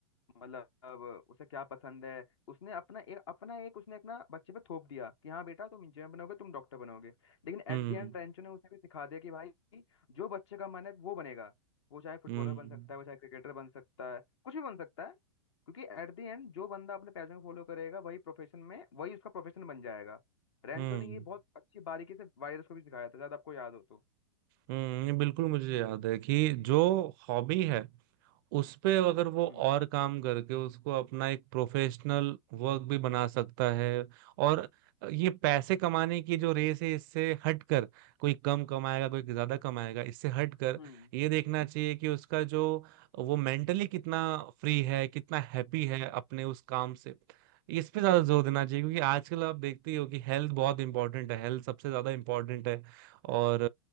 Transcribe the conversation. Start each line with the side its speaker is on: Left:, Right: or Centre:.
Left: मतलब उसे क्या पसंद है उसने अपना एक अपना एक उसने अपना बच्चे पे थोप दिया कि हाँ बेटा तुम इंजीनियर बनोगे तुम डॉक्टर बनोगे लेकिन
Right: हम्म
Left: एट द एंड रेंचो ने उसे भी सिखा दिया कि भाई जो बच्चे का मन है वो बनेगा वो चाहे फुटबॉलर
Right: हम्म
Left: बन सकता है वो चाहे क्रिकेटर बन सकता है कुछ भी बन सकता है क्योंकि एट द एंड जो बंदा अपने पैशन को फॉलो करेगा वही प्रोफेशन में वही उसका प्रोफेशन बन जाएगा रेंचो
Right: हम्म
Left: ने ये बहुत अच्छी बारीकी से वायरस को भी सिखाया था शायद आपको याद हो तो
Right: हम्म ये बिल्कुल मुझे याद है कि जो हॉबी है उस पे अगर वो
Left: हम्म
Right: और काम करके उसको अपना एक प्रोफेशनल वर्क भी बना सकता है और ये पैसे कमाने की जो रेस है इससे हटकर कोई कम कमाएगा कोई ज्यादा कमाएगा इससे हटकर
Left: हम्म
Right: ये देखना चाहिए कि उसका जो वो मेंटली कितना फ्री है कितना हैप्पी है अपने उस काम से इस पे ज्यादा जोर देना चाहिए क्योंकि आजकल आप देखते ही हो कि हेल्थ बहुत इंपॉर्टेंट है हेल्थ सबसे ज्यादा इंपॉर्टेंट है और